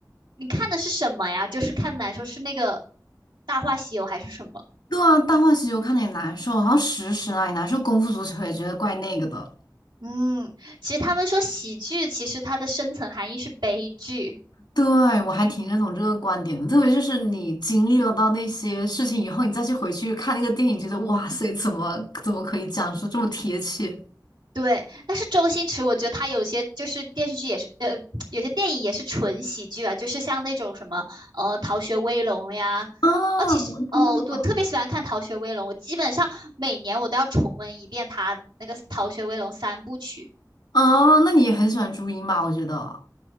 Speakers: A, on the right; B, on the left.
A: 你看的是什么呀？就是看的来说是那个《大话西游》还是什么？
B: 对啊，《大话西游》看的也难受，然后《食神》啊也难受，《功夫足球》也觉得怪那个的。
A: 嗯，其实他们说喜剧，其实它的深层含义是悲剧。
B: 对，我还挺认同这个观点的，特别就是你经历了到那些事情以后，你再去回去看那个电影，觉得哇塞，怎么怎么可以讲述这么贴切？
A: 对，但是周星驰，我觉得他有些就是电视剧也是，呃，有些电影也是纯喜剧啊，就是像那种什么，呃，《逃学威龙》呀，
B: 啊，
A: 哦，其实，
B: 我真的吗？
A: 哦，我特别喜欢看《逃学威龙》，我基本上每年我都要重温一遍他那个《逃学威龙》三部曲。
B: 哦，那你也很喜欢朱茵吧？我觉得，